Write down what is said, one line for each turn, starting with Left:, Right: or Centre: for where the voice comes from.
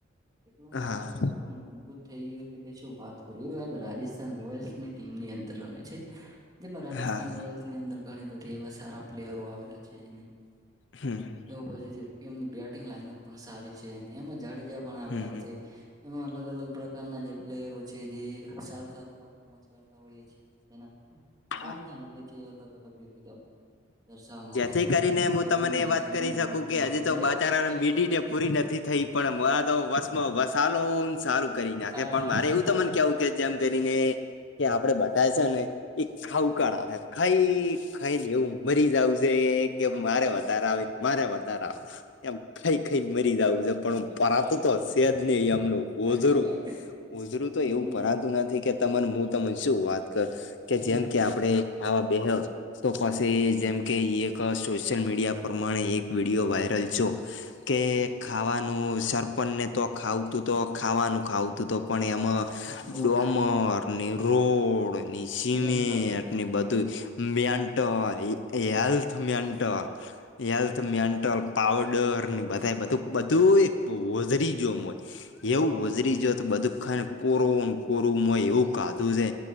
Right: એટલું મારડું
Left: હા
Right: મજબૂત થઈ ગયું છે કે શું વાત કરું એ વાત રાજસ્થાન રોયલ્સની ટીમ ની અંદર રમે છે. જેમાં રાજસ્થાન
Left: હા
Right: રોયલ્સની અંદર ઘણી બધી એવા સારા પ્લેયરો આવેલા છે અને
Left: હમ.
Right: એવું પછુ એમની બેટિંગ લાાઈનઅપ પણ સારી છે અને એમાં જાડેજા પણ આવેલા
Left: હમ
Right: હોય છે. એમાં અલગ અલગ પ્રકારના જે પ્લેયરો છે જે સારું સારું પફોર્મન્સ હોઈએ છ એ
Left: હા
Right: ફોમ ના લીધે જે અલગ અલગ રીતેને દર્શાવવામાંતા
Left: જેથી
Right: હોય
Left: કરીને
Right: છે ને ક્રિકેટને
Left: હું તમને
Right: દર્શાવપ
Left: એ વાત કરી શકું કે હજી તો બાચારાને મીઠી પૂરી નથી થઈ પણ મોરાદો વસમાં વસાલો ન સારું કરી નાખે
Right: આ
Left: પણ મારે એવું ત મને કેવું કે જેમ કરીને કે આપડે બધા છે ને એક ખાઉકાળા ને ખાઈ ખાઈ ને એવું મરી જાવું કે મારે વધારે આવે મારે વધારે આવે. એમ ખાઈ ખાઈ ને મરી જ આવું છે પણ પરાતો
Right: વાત
Left: તો
Right: સાચી
Left: સેજ ન આમનું
Right: સાચી
Left: ઓઝરો.
Right: વાત
Left: ઉજરું તો એવું
Right: મુતરું
Left: ભરાતું નથી કે તમાર હું તને શું વાત કર, કે
Right: હમ
Left: જેમ કે આપણે આાવા બેહ્યો તો પછી જેમ કે એ ક સોશિયલ મીડિયા પ્રમાણે એક વિડિયો વાયરલ છો, કે
Right: હમ
Left: ખાવાના નું સરપંચને તો ખાવતું તો ખાવાનું ખાવતું તો પણ એમાં
Right: મૂર્ખ
Left: ડમર ની રોડ ની સિમેન્ટ.
Right: મેન્ટલ
Left: ની બધું, મયેન્ટોરી. Health mental health mental. Powder ને બધાએ બધું બધું એક ઓઝરી જોમ.
Right: કોરોન
Left: એવું ઉજરી
Right: કોરો
Left: જો તો બધું ને કોરો કોરુંય મય એવું કાધું છે,